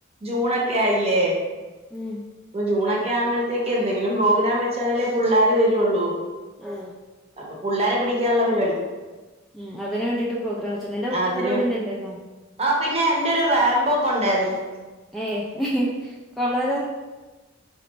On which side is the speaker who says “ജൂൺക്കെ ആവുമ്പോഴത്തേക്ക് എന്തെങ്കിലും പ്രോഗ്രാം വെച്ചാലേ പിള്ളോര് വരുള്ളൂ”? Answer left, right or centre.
Right